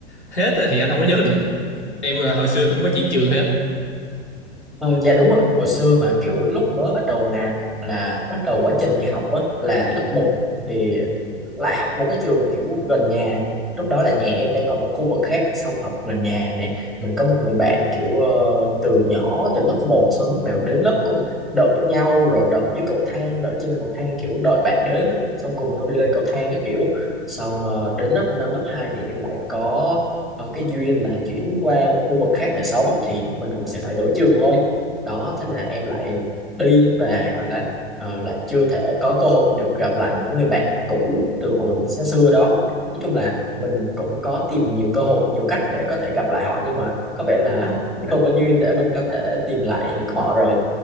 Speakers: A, on the left; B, in the centre.
A: hết á thì anh không có nhớ được em là hồi xưa cũng có chuyển trường
B: Ờ, dạ đúng rồi, hồi xưa mà kiểu lúc mới bắt đầu ngà là bắt đầu quá trình đi học á là lớp một thì lại học một cái trường kiểu gần nhà. Lúc đó là nhà em đang ở một khu vực khác xong học gần nhà nè. Mình có một người bạn kiểu ờ, từ nhỏ từ lớp một sau lúc nào đến lớp cũng đợi nhau rồi đợi dưới cầu thang, đợi trên cầu thang kiểu đợi bạn đến á, xong cùng nhau đi lên cầu thang cái kiểu. Xong ờ, đến lớp 5 lớp 2 thì em lại có ờ, cái duyên là chuyển qua một khu vực khác để sống thì mình cũng sẽ phải đổi trường thôi đó thế là em lại đi và gọi là ờ, lại chưa thể có cơ hội được gặp lại những người bạn cũ từ hồi xa xưa đó nói chung là mình cũng có tìm nhiều cơ hội nhiều cách để có thể gặp lại họ nhưng mà có vẻ là <laughs> mình không có duyên để mình có thể tìm lại được họ rồi